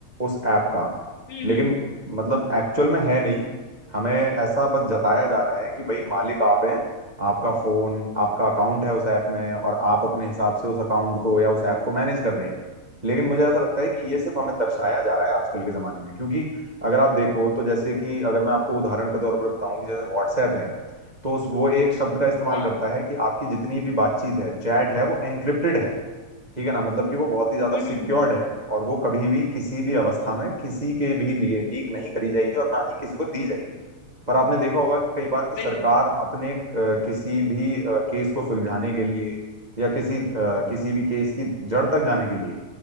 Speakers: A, on the right; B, on the left.
A: उस ऐप का
B: हम्म
A: लेकिन
B: हम्म
A: मतलब एक्चुअल में है नहीं हमें ऐसा बस जताया जा रहा है कि भाई मालिक आप हैं आपका फोन आपका अकाउंट है उस ऐप में और आप अपने हिसाब से उस अकाउंट को या उस ऐप को मैनेज कर रहे हैं लेकिन मुझे ऐसा लगता है कि ये सिर्फ हमें दर्शाया जा रहा है आजकल के जमाने में क्योंकि अगर आप देखो तो जैसे कि अगर मैं आपको उदाहरण के तौर पर बताऊं कि जैसे व्हाट्सएप है तो उस वो एक शब्द का इस्तेमाल
B: हाँ
A: करता है कि आपकी जितनी भी बातचीत है चैट है वो एनक्रिप्टेड है ठीक है ना मतलब कि वो बहुत ही ज्यादा
B: हम्म
A: सिक्योर्ड
B: हम्म
A: है और वो कभी भी किसी भी अवस्था
B: हम्म,
A: में किसी के भी लिए लीक नहीं करी जाएगी और ना ही किसी को दी जाएगी पर आपने देखा होगा कि कई बार की सरकार
B: बिल्कुल
A: अपने अ, किसी भी अ, केस को सुलझाने के लिए या किसी अ, किसी भी केस की जड़ तक जाने के लिए